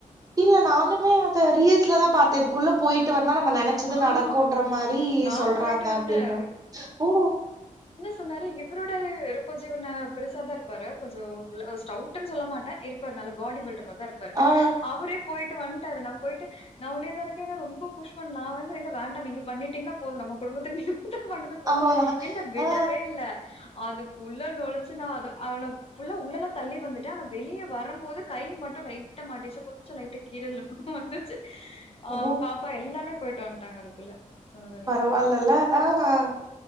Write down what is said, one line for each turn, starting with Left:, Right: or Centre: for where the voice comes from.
Right: இல்ல நானுமே அத ரீல்ஸ்ல தா பாத்தே இதுக்குள்ள போய்ட்டு வந் தா நம்ம நெனைச்சது
Left: ஆ
Right: நடக்குன்ற மாரி
Left: நான்
Right: சொல்றாங்க
Left: போயிட்டு வந்தேன்.
Right: அப்டின்னு ஓ
Left: சொன்னாரு இவரு என்ன சொன்னாரு இவரோட கொஞ்சோ இவரு பெருசா தா இருப்பாரு கொஞ்சோ உள்ள ஸ்டவ்டு சொல்ல மாட்டே இருப்பாரு நல்ல பாடி பில்டர் இருப்பாரு
Right: ஆ
Left: அவரே போய்ட்டு வந்துட் டாரு நா போய்ட்டு நான் உள்ளே தா இருக்க ரொம்ப புஷ் பண்ண நா வந்து இல்ல வேண்டா நீங்க பண்ணிட்டீங்ளா போது நம்ம குடும்பத்துக்கு நீ பண்ணது போது
Right: அவ்ளோதா
Left: என்ன விடவே
Right: ஆ
Left: இல்ல அதுக்குள்ள நொழிச்சு நா அதா ஃபுல்லா உள்ளல்லா தள்ளி வந்துட்டே ஆனா வெளியே வரு போது கை மட்டும் லைட்டா மாட்டிச்சு கொஞ்சோ லைட்ட கீரல் வந்துச்சு ஆஹ்
Right: ஓ
Left: பாப் பா எல்லாருமே போய்ட்டொ வந் டாங்க அதுக்குள்ள சொன்னதெல்லாம்.
Right: பரவால்லல ஆஹ்